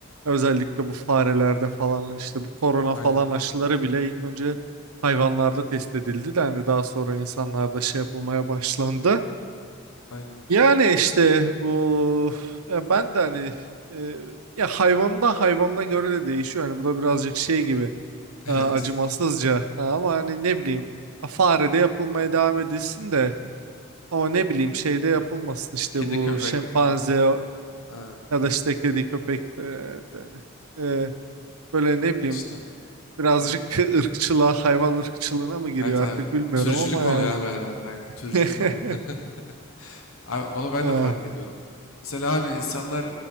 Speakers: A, on the right; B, on the left.
A: Özellikle bu farelerde falan işte bu korona
B: Aynen,
A: falan aşıları bile ilk önce hayvanlarda test edildi de hani daha sonra insanlarda şey yapılmaya başlandı.
B: aynen.
A: Yani işte bu ya ben de hani e, ya hayvanda hayvanla göre de değişiyor. Hani bu da birazcık şey gibi
B: <laughs> Evet.
A: e, acımasızca Ha, ama hani ne bileyim ha, fare de yapılmaya devam edilsin de ama ne bileyim şey de yapılmasın işte
B: Kedi
A: bu
B: köpek
A: şempanze
B: falan. Ha,
A: ya da işte kedi köpek de, de- hani. e, böyle ne bileyim
B: işte.
A: birazcık
B: Aynen.
A: <laughs> ırkçılığa hayvan ırkçılığına mı giriyor
B: Evet abi.
A: artık bilmiyorum
B: Türcülük
A: ama
B: oluyor
A: yani.
B: abi herhalde. Aynen. Türcülük
A: <laughs>
B: oluyor. <laughs> Abi onu ben
A: E,
B: de fark ediyorum. Mesela abi insanlar